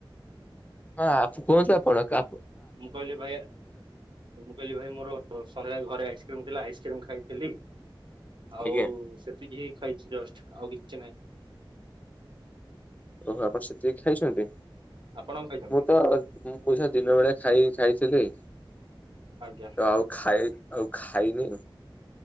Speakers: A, on the left; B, on the right.
A: ହଁ ଆଫୁ କଉଠି ଆପଣ କା
B: ମୁଁ କହିଲି ଭାଇ ମୁଁ କହିଲି ଭାଇ ମୋର ସନ୍ଧ୍ୟା ରେ ଘରେ ଆଇସ୍କ୍ରିମ ଥିଲା ଆଇସ କ୍ରିମ ଖାଇଥିଲି ଆଉ
A: ଆଜ୍ଞା।
B: ସେତିକି ହିଁ ଖାଇଚି ଜଷ୍ଟ। ଆଉ କିଛି ନାହିଁ।
A: ଓହୋ ଆପଣ ସେତିକି ଖାଇଛନ୍ତି
B: ଆପଣ କଣ ଖାଇଛନ୍ତି
A: ମୁଁ ତ ମୁଁ ଯାହା ଦିନ ବେଳା। ଖାଇ ଖାଇଥିଲି ତ
B: ଆଜ୍ଞା
A: ଆଉ ଖାଇ ଆଉ ଖାଇନି।